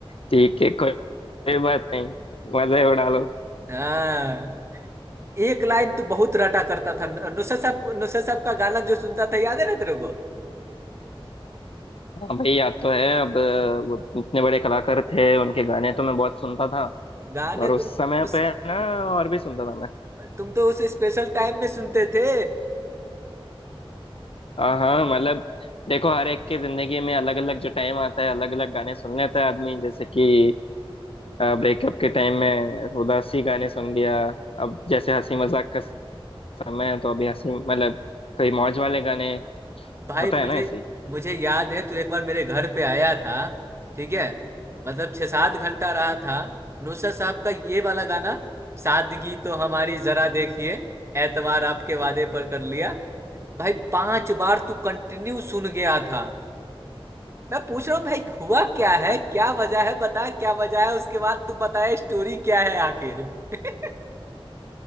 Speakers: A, on the left; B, on the right.
A: ठीक है कोई कोई बात नहीं मजा ही उड़ा लो
B: हाँ एक लाइन तो बहुत रटा करता था नुसरत साहब नुसरत साहब का गाना जो सुनता था याद है ना तेरे को
A: हाँ भाई याद तो है अब अ, वो इतने बड़े कलाकार थे उनके गाने तो मैं बहुत सुनता था
B: गाने
A: और उस
B: तुम
A: समय
B: उस
A: पे ना और भी सुनता था मैं
B: तुम तो उस स्पेशल टाइम में सुनते थे
A: हाँ हाँ मतलब देखो हर एक की जिंदगी में अलग अलग जो टाइम आता है अलग अलग गाने सुन लेता है आदमी जैसे कि ब्रेकअप के टाइम में उदासी गाने सुन लिया अब जैसे हंसी मजाक का समय है तो अभी हंसी मतलब कोई मौज वाले गाने
B: भाई
A: होता है
B: मुझे
A: ना ऐसे
B: मुझे याद है तू एक बार मेरे घर पे आया था ठीक है मतलब छह सात घंटा रहा था नुसरत साहब का ये वाला गाना सादगी तो हमारी जरा देखिए एतवार आपके वादे पर कर लिया भाई पांच बार तू कंटिन्यू सुन गया था मैं पूछ रहा हूँ भाई हुआ क्या है
A: ही
B: क्या वजह है बता क्या वजह है उसके बाद तू बताए स्टोरी क्या है आखिर <laughs>